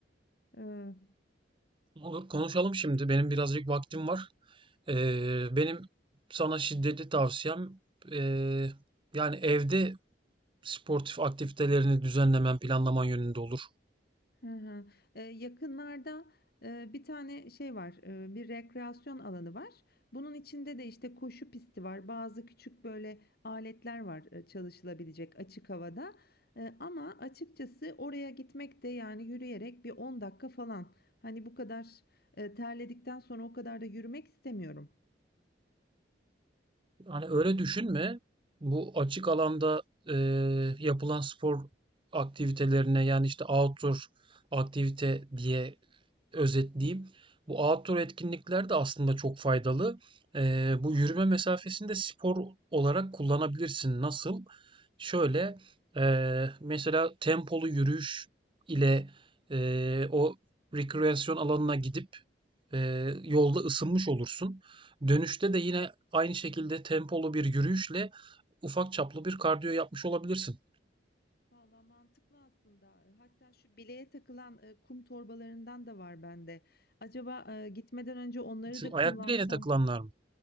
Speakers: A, on the left; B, on the right.
A: Ee,
B: Olur konuşalım şimdi. Benim birazcık vaktim var. Ee, benim sana şiddetli tavsiyem ee, yani evde sportif aktivitelerini düzenlemen, planlaman yönünde olur.
A: Hı hı. Ee, yakınlarda e, bir tane şey var, e, bir rekreasyon alanı var. Bunun içinde de işte koşu pisti var, bazı küçük böyle aletler var e, çalışılabilecek açık havada. E, ama açıkçası oraya gitmek de yani yürüyerek bir 10 dakika falan. Hani bu kadar e, terledikten sonra o kadar da yürümek istemiyorum.
B: Hani öyle düşünme. Bu açık alanda e, yapılan spor aktivitelerine yani işte outdoor aktivite diye özetleyeyim. Bu outdoor etkinlikler de aslında çok faydalı. E, bu yürüme mesafesini de spor olarak kullanabilirsin. Nasıl? Şöyle e, mesela tempolu yürüyüş ile e, o rekreasyon alanına gidip e, yolda ısınmış olursun. Dönüşte de yine aynı şekilde tempolu bir yürüyüşle ufak çaplı bir kardiyo yapmış olabilirsin.
A: Valla mantıklı aslında. Hatta şu bileğe takılan e, kum torbalarından da var bende. Acaba e, gitmeden önce onları
B: Şu
A: da kullansam.
B: ayak bileğine takılanlar mı?